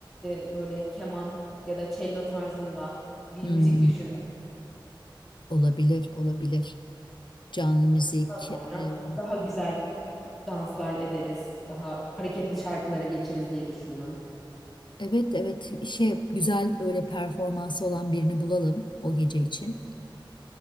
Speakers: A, in the centre; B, on the left.
A: e, böyle keman ya da cello tarzında bir
B: Hmm,
A: müzik düşündüm.
B: olabilir, olabilir. Canlı müzik.
A: Daha sonra
B: e,
A: daha güzel danslar ederiz, daha hareketli şarkılara geçeriz diye düşündüm.
B: evet, evet. Şey, güzel böyle performansı olan birini bulalım o gece için.